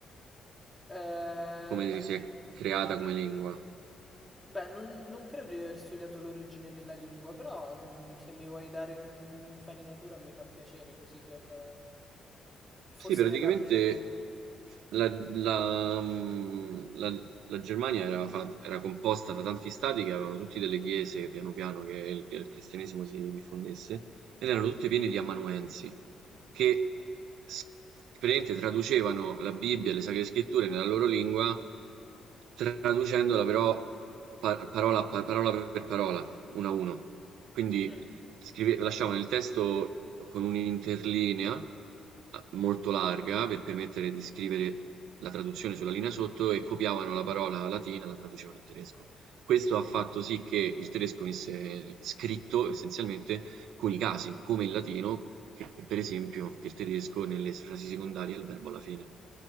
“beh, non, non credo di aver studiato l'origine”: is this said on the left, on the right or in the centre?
Centre